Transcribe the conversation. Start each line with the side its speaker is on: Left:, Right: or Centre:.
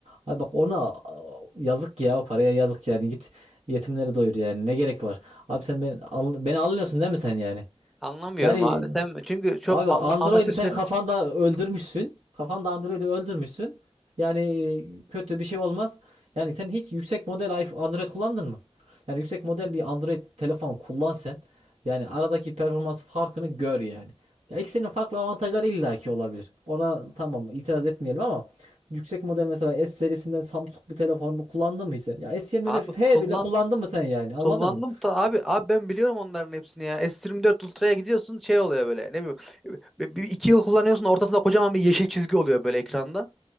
Right: Abi bak ona a, yazık ya o paraya yazık yani git yetimleri doyur yani ne gerek var. Abi sen beni, al- beni anlıyorsun değil mi sen yani?
Centre: Anlamıyorum
Right: Yani
Centre: abi. Sen çünkü çok
Right: Abi Android'i
Centre: anla- anlaşılır
Right: sen
Centre: şey.
Right: kafanda öldürmüşsün. Kafanda Android'i öldürmüşsün. Yani e, kötü bir şey olmaz. Yani sen hiç yüksek model iPhone, Android kullandın mı? Yani yüksek model bir Android telefon kullan sen. Yani aradaki performans farkını gör yani. Ya ikisinin farklı avantajları illaki olabilir. Ona tamam itiraz etmeyelim ama yüksek model mesela S serisinden Samsung bir telefonu kullandın mı hiç sen? Ya S21
Centre: Abi
Right: F
Centre: kullan
Right: bile kullandın mı sen yani? Anladın
Centre: kullandım
Right: mı?
Centre: da abi abi ben biliyorum onların hepsini ya. S24 Ultra'ya gidiyorsun şey oluyor böyle. Ne bileyim bir, bir- iki yıl kullanıyorsun ortasında kocaman bir yeşil çizgi oluyor böyle ekranda.